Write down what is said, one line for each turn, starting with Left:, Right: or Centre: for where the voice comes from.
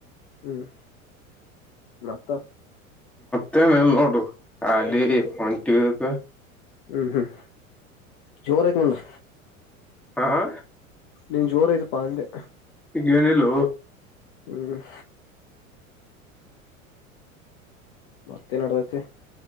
Left: ಹ್ಮ್ ಮತ್ತ
Centre: ತನೆ ನೋಡು ಹಲ್ಲಿ
Left: ಹ್ಮ್
Centre: ಹೊಂಟಿವೆ
Left: ಹ್ಮ್ ಹ್ಮ್ ಜೋರ್ ಐತೆ ನಿಮ್ದು.
Centre: ಹಾ ಹಾ
Left: ನೀನ್ ಜೋರ್ ಐತೆಪ್ಪ ಅಂದೆ.
Centre: ಈಗೇನಿಲ್ಲೋ
Left: ಹ್ಮ್ ಮತ್ತೇನ್ ಅಡದೈತಿ.